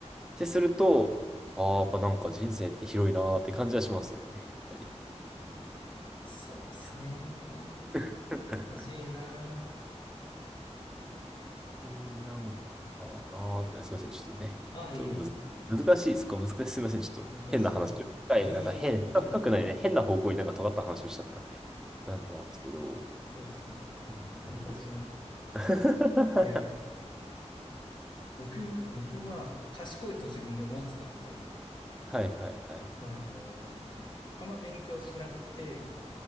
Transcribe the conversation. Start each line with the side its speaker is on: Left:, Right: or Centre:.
Centre: てすると、ああ、やっぱなんか人生って広いなーって感じはしますよね、やっぱり。い
Left: そうですね。
Centre: や <laughs>
Left: 難しいな。
Centre: うん、なんかなーって、すいません、ちょっとね、
Left: あ、いい。
Centre: ちょっとむず、難しい、そっか、難しい、すいません、ちょっと変な話を、
Left: 難しい。
Centre: 深い、なんか変、深深くないね、
Left: いい。
Centre: 変な方向になんか尖った話をしちゃった感じなんですけど、
Left: そうですね。
Centre: うんあの
Left: 難しいな。い
Centre: <laughs>
Left: やいや。僕、僕は賢いと自分で思ってたんですよ。
Centre: はいはいはい。
Left: あのーあんま勉強しなくて、